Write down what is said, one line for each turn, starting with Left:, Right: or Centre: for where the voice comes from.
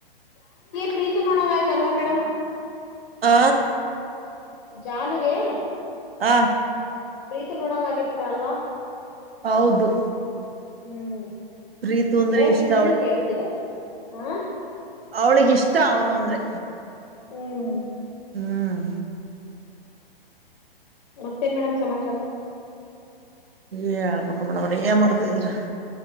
Left: ಪ್ರೀತ ನೋಡಂಗ ಆಯ್ತಲ್ವಾ ಮೇಡಮ್
Right: ಆ
Left: ಜನುಗೆ
Right: ಆ
Left: ಪ್ರೀತಿ ನೋಡಂಗ ಆಗತ್ತ ಅಲ್ವಾ
Right: ಹೌದು
Left: ಹ್ಮ್
Right: ಪ್ರೀತು ಅಂದ್ರೆ
Left: ಹೇಳ್ತಿದ್ದೀನಿ
Right: ಇಷ್ಟ
Left: ಕೇಳ್ತೀರ ಹಾ
Right: ಅವ್ಳಿಗೆ ಇಷ್ಟ ಅವನು ಅಂದ್ರೆ
Left: ಹ್ಮ್
Right: ಹ್ಮ್
Left: ಮತ್ತೇನ್ ಮೇಡಮ್ ಸಮಾಚಾರ
Right: ಏ ಹಳ್ಬೇಕ ಮೇಡ ಮನ ಏ ಮಾಡ್ತಿದರ